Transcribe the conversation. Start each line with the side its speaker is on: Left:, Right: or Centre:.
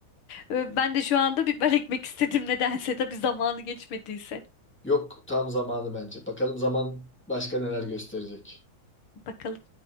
Left: Ee, Ben de şu anda biber ekmek istedim nedense. Tabii zamanı geçmediyse.
Centre: Yok tam zamanı bence. Bakalım zaman başka neler gösterecek.
Left: Bakalım.